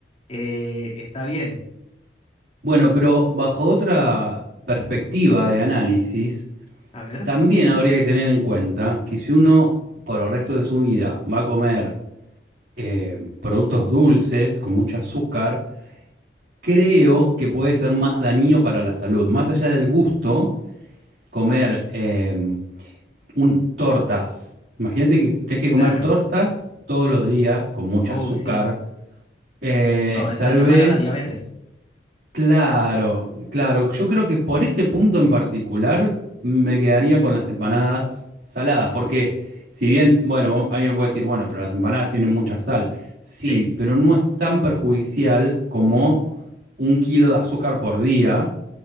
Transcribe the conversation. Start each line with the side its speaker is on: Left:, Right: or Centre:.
Left: eh, está bien.
Right: Bueno, pero bajo otra perspectiva de análisis,
Left: A ver,
Right: También habría que tener en cuenta que si uno por el resto de su vida va a comer eh, productos dulces con mucho azúcar, creo que puede ser más dañino para la salud. Más allá del gusto, comer eh, un, tortas. Imagínate que tenés que comer
Left: claro.
Right: tortas todos los días con mucho
Left: Oh,
Right: azúcar.
Left: sí.
Right: Eh,
Left: No, eso
Right: tal
Left: es llamar
Right: vez
Left: a la diabetes.
Right: Claro, claro. Yo creo que por ese punto en particular me quedaría con las empanadas saladas, porque si bien, bueno, alguien me puede decir, bueno, pero las empanadas tienen mucha sal. Sí,
Left: Sí,
Right: pero no es tan perjudicial como un kilo de azúcar por día.